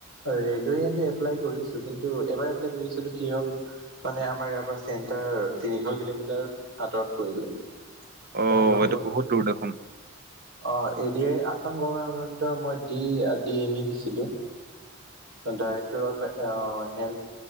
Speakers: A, on the right (about 70°); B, on the right (about 45°).
A: ৰেলৱে কিন্তু এপ্লাই কৰিছো। কিন্তু এবাৰ এপ্লাই কৰিছিলো কি হ'ল মানে আমাৰ ইয়াৰ পৰা চেণ্টাৰ তিনিশ কিলোমিটাৰ আতৰত পৰিলে, তাহত
B: অ
A: নগলো।
B: এইটো বহুত দূৰ দেখোন
A: অ, এডি আৰ ই আছাম গভৰমেন্টৰ মই ডি ডি এম ই দিছিলো। ডাইৰেক্টৰ অফ হেল